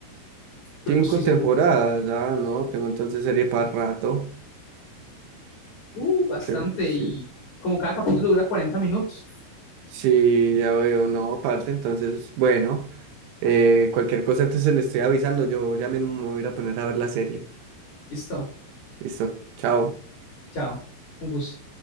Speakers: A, on the left; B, on the right.
A: pero
B: Cinco
A: no estoy
B: temporadas,
A: seguro.
B: ah, no, tengo entonces serie para rato.
A: Uh, bastante,
B: Te- sí,
A: y como cada capítulo dura 40 minutos.
B: Sí, ya veo, no, aparte, entonces, bueno, eh, cualquier cosa entonces le estoy avisando, yo ya mismo me voy a ir a poner a ver la serie.
A: Listo,
B: Listo, chao.
A: chao, un gusto.